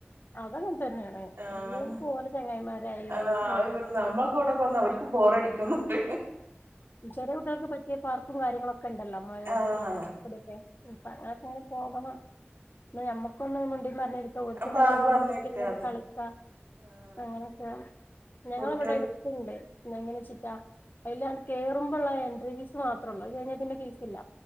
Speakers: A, on the left; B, on the right.
A: അതങ്ങനെ തന്നെയാണ്
B: ആഹ
A: എല്ലോർക്കും ഓലെ ചങ്ങായിമാരായി
B: അഹ്
A: ഓൽക്ക് പോവാ
B: അവര് <unintelligible> നമ്മൾ കൂടൊക്കെ വന്നാൽ അവർക്ക് ബോറടിക്ക ക്കുന്നുണ്ട്
A: ചെറിയക്കുട്ടികൾക്ക് പറ്റിയ പാർക്കും കാര്യങ്ങളൊക്കെ ഒക്കണ്ടല്ലോ അമ്മ അടുത്തുള്ളത്
B: ആഹ്
A: <unintelligible> അങ്ങനൊക്കെ അങ്ങനെ പോകണം ഞമ്മുക്കൊന്ന് മിണ്ടിയും പറഞ്ഞിരിക്കാ ഓർക്കു
B: അപ്പാ
A: ഒന്നില്ല
B: പറഞ്ഞിരിക്കാതെ
A: വന്നിട്ട് കേറി കളിക്ക
B: ആഹ്
A: അങ്ങനെയൊക്കെ ഞങ്ങളിവിടെ
B: കുട്ടികൾ
A: എടുത്തുണ്ട് പിന്നെ എങ്ങനെ ചിറ്റാ അതില് അങ്ങിട് കേറുമ്പോള്ള എൻട്രി ഫീസ് മാത്രേള്ളൂ അത് കഴിഞ്ഞ പിന്നെ ഫീസ് ഇല്ല